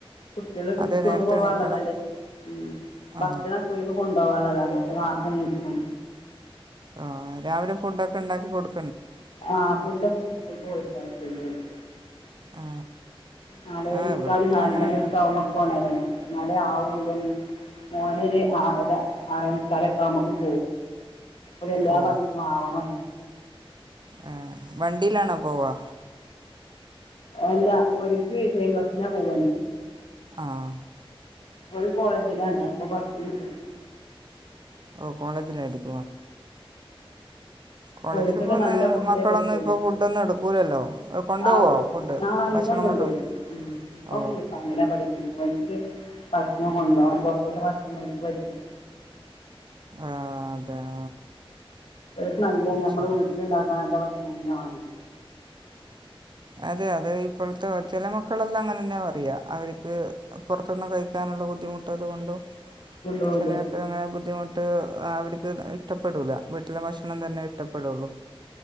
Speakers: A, on the left (about 75°); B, on the right (about 50°).
A: കുട്ടികൾ
B: അതെ
A: സ്കൂളിലേക്ക്
B: നേരത്തെ
A: പോകാനുള്ളതല്ലേ
B: എണീക്കണം
A: ഉംഭക്ഷണം
B: ആ
A: കൊണ്ടാവാനുളതാണ് നീക്കും
B: ആ രാവിലെ ഫുഡ് ഒക്കെ ഉണ്ടാക്കി കോടു
A: ആ ഫുഡോക്കെ സ്‌കൂൾക് ആ കൊടുത്തയക്കുന്നുണ്ട്
B: ആ
A: നാലെ
B: ആ
A: മുക്കാൽ
B: ഇവിടുത്തെ
A: നാല്
B: അങ്ങനെ
A: മണിആവുമ്പോഴേക്കും
B: തന്നെ
A: ഉണരണം എന്നാലെ ആവുള്ളൂ മോന് ആറര ആറമുക്കാലോക്കെ ആവുമ്പോൾ ഉം എല്ലാ
B: ഓ
A: ഭക്ഷണവുംആവണം
B: ആ വണ്ടിയിലാണോ പോവാ
A: അല്ല ഓല് ലൈൻ ബസിനാ പോവ.
B: ആഹ
A: ഓൻകോളേജിലാണ് അപ്പൊ ബസിന് വിടും
B: ഓ കോളേജിൽ ആയിരിക്കും കോളേജിൽ
A: ഓല്ക്കൊക്കെ
B: പോകുന്ന
A: നല്ല ഫുഡേ
B: മക്കളൊന്നും
A: പറ്റും
B: ഇപ്പോൾ ഫുഡൊന്നും എടുക്കൂലല്ലോ കൊണ്ടുപോകുമോ
A: ആ
B: ഫുഡ്
A: ആ
B: ഭക്ഷണം
A: ഇവൻ കൊണ്ട്
B: കൊണ്ടുപോകും
A: പോകും ഉം
B: ഓ
A: ഇവൻ ബിഫമിനാണ്പഠിക്കുന്നു ഓൻക്ക് ഭക്ഷണം കൊണ്ട് പോകണം പുറത്ത്തെ ദക്ഷണം പറ്റു ലാ
B: ആഹ അതെ ആ
A: ഓല്ക്ക്നല്ല ഞമ്മള്
B: ശരി
A: വീട്ടിലുണ്ടാക്കുന്നനല്ല ഭക്ഷണം മീൻനെ വാങ്ങണം
B: അതെ അതെ ഇപ്പോഴത്തെ ചില മക്കളെല്ലാം അങ്ങനന്നെ പറയാ അവർക്ക് പുറത്ത്നിന്ന് കഴിക്കാനുള്ള ബുദ്ധിമുട്ടതുകൊണ്ടും
A: കൊണ്ടുപോവില്ല
B: ചിലയാൾക്ക്അങ്ങനെ ബുദ്ധിമുട്ട് അവര്ക്ക് ഇഷ്ടപ്പെടൂല വീട്ടിലെ ഭക്ഷണം തന്നെ ഇഷ്ടപ്പെടോള്ളൂ